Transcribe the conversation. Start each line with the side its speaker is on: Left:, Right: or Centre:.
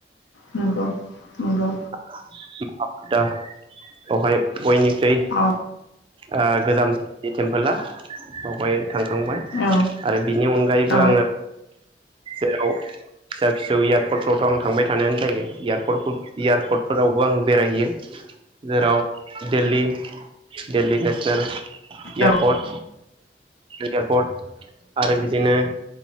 Left: नंगौ नंगौ।
Right: <unintelligible> बेवहाय बैनिफ्राय
Left: अ
Right: आ गोजाम बे टेम्पोला बावहाय थांखांबाय
Left: औ
Right: आरो बिनि अनगायैबो
Left: औ
Right: आङो जेराव फिसा फिसौ इयारपर्टावथ' आं थांबाय थानायानो जायो इयारपर्टफोर इयारपर्ट फोरावबो आं बेरायहैयो। जेराव देल्ली देल्ली <unintelligible> <unintelligible> इयारपर्ट
Left: औ
Right: इयारपर्ट आरो बिदिनो